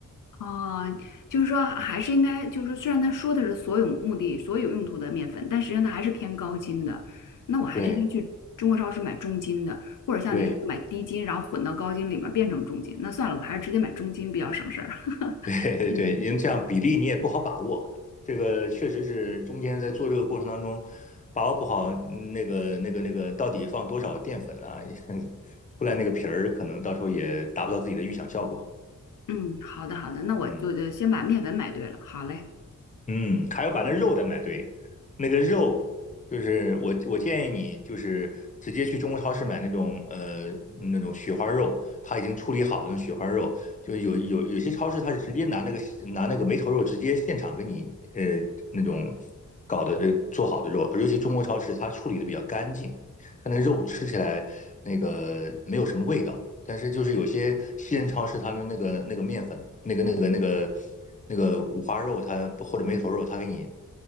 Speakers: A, on the left (about 70°); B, on the left (about 25°).
A: 哦，就是说还是应该，就是说虽然他说的是所有目的、所有用途的面粉，但实际上它还是偏高筋的。那我还是应该去中国超市买中筋的，
B: 对
A: 或者像你说的买低筋，
B: 对。
A: 然后混到高筋里面变成中筋。那算了，我还是直接买中筋比较省事儿。<laughs>
B: 对
A: 嗯，
B: <laughs> 对，因为这样比例你也不好把握，这个确实是中间在做这个过程当中把握不好，嗯那个那个那个到底放多少淀粉啊，也 <laughs> 出来那个皮儿可能到时候也达不到自己的预想效果。
A: 嗯，好的好的，那我就就先把面粉买对了。
B: 嗯。
A: 好嘞，
B: 嗯，还要把那肉得买对，那个肉就是我我建议你就是直接去中国超市买那种呃那种雪花肉，它已经处理好的那种雪花肉，就是有有有些超市它是直接拿那个拿那个梅头肉直接现场给你呃那种搞的呃做好的肉，尤其中国超市它处理的比较干净，它那肉吃起来那个没有什么味道，但是就是有些西人超市它的那个那个面粉，那个那个那个那个五花肉它，或者梅头肉，它给你